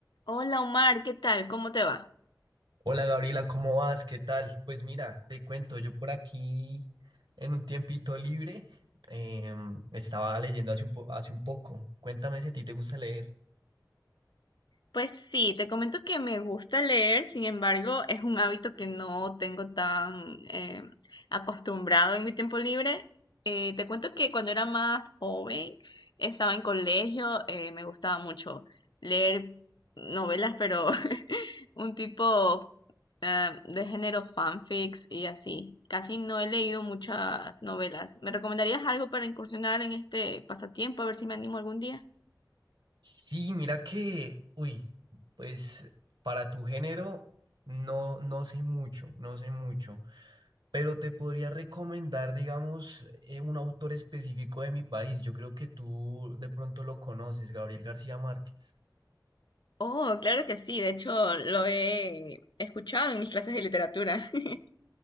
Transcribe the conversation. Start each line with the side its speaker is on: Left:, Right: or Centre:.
Left: Hola Omar, ¿qué tal? ¿Cómo te va?
Right: Hola Gabriela, ¿cómo vas? ¿Qué tal? Pues mira, te cuento, yo por aquí en un tiempito libre em, estaba leyendo hace un po- hace un poco. Cuéntame si a ti te gusta leer.
Left: Pues sí, te comento que me gusta leer, sin embargo, es un hábito que no tengo tan eh, acostumbrado en mi tiempo libre. Eh, te cuento que cuando era más joven, estaba en colegio, eh, me gustaba mucho leer novelas, pero <laughs> un tipo ah, de género fanfics y así. Casi no he leído muchas novelas. ¿Me recomendarías algo para incursionar en este pasatiempo? A ver si me animo algún día.
Right: Sí, mira que, uy, pues para tu género no, no sé mucho, no sé mucho, pero te podría recomendar, digamos, eh, un autor específico de mi país. Yo creo que tú de pronto lo conoces, Gabriel García Márquez.
Left: Oh, claro que sí, de hecho lo he escuchado en mis clases de literatura. <laughs>